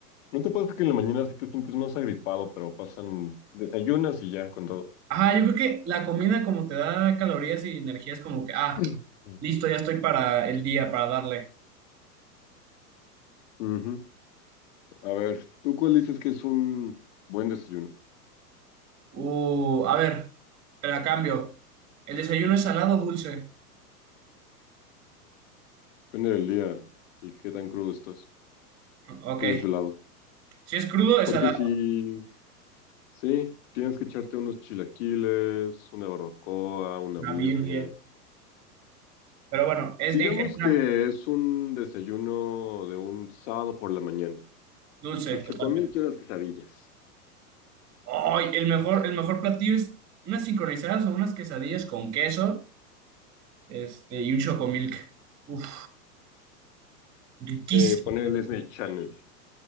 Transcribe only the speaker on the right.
Ah, yo creo que la comida como te da calorías y energía es como que, ah,
listo, ya estoy para el día, para darle.
Uh, a ver, te la cambio. ¿El desayuno es salado o dulce?
Ok.
Si es crudo, es
salado.
Una
Biblia. Pero bueno, es
en general
dulce,
totalmente.
Ay, el mejor, el mejor platillo es unas sincronizadas o unas quesadillas con queso, este, y un chocomilk. Uf, riquísimo.